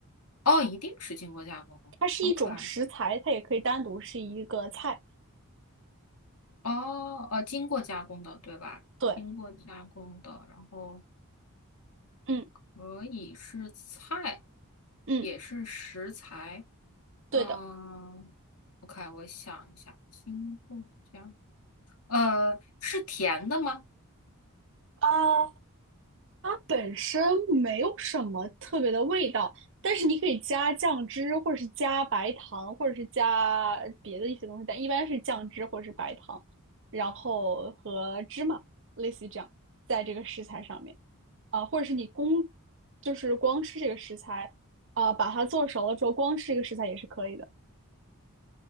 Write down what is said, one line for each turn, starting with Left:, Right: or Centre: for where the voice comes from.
Left: 哦，一定是经过加工
Right: 它是一种食材，
Left: o k
Right: 它也可以单独是一个菜。
Left: 哦，呃，经过加工的，对吧？
Right: 对，
Left: 经过加工的，然后
Right: 嗯
Left: 可以是菜，
Right: 嗯，
Left: 也是食材，
Right: 对的。
Left: 嗯，OK，我想一下，经过加，呃，是甜的吗？
Right: 啊。它本身没有什么特别的味道，但是你可以加酱汁，或者是加白糖，或者是加别的一些东西，但一般是酱汁或者是白糖，然后和芝麻，类似于这样，在这个食材上面，啊、或者是你光就是光吃这个食材，啊、把它做熟了之后光吃这个食材也是可以的。